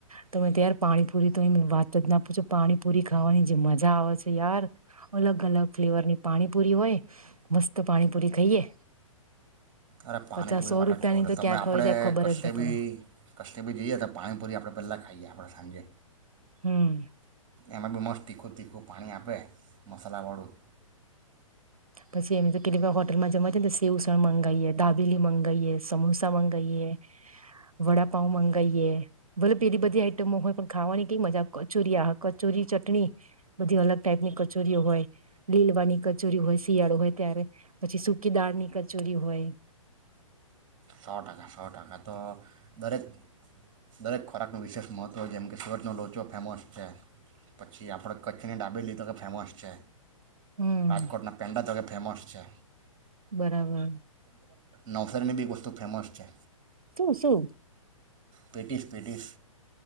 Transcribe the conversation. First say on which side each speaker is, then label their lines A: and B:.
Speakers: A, on the right; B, on the right.
A: તમે પાણીપુરી તો એ વાત જ ના પૂછો પાણીપુરી ખાવાની જે મજા આવે છે, યાર અલગ અલગ ફ્લેવર ની પાણીપુરી હોય મસ્ત પાણીપુરી ખાઈએ.
B: અરે પાણીપુરી
A: પચાસ સો
B: મ <unintelligible>
A: રૂપિયાની તો
B: તમે
A: ક્યાં
B: આપણે
A: ખવાય જાય ખબર
B: કશેબી
A: જ ના પડે
B: કશેબી જઈએ તો પાણીપુરી આપણે પહેલા ખાઈએ આપ <unintelligible> સાજે
A: હમ
B: એમાં બી મસ્ત તીખું તીખું પાણી આપે મસાલાવાળું
A: પછી અમે તો કે હોટલમાં જવા છે, ને તો સેવસણ મંગાઈએ દાબેલી મંગાઈએ સમોસા મંગાવએ વડાપઉ મંગાવીએ બલબ પેલી બધી આઈટમો હોય પણ ખાવાની કઈ મજા કચોરી આ કચોરી ચટણી બધી અલગ ટાઈપની કચોરીઓ હોય લીલવાની કચોરી હોય શિયાળો હોય ત્યારે પછી સુકી દાળ ની કચોરી હોય
B: સો ટકા સો ટકા તો દરેક દરેક ખોરાકનું વિશેષ મહત્ત્વ જેમ કે સુરતનો લોચો ફેમસ છે પછી આપણે કચ્છની ડાબીલી તો કે ફેમસ છે
A: હમ્મ,
B: રાજકોટના પેન્ન્ટા તો કે ફેમસ છે
A: બરાબર
B: નવસારીમાં એક વસ્તુ ફેમસ છે
A: શું શું
B: પેટીસ પેટીસ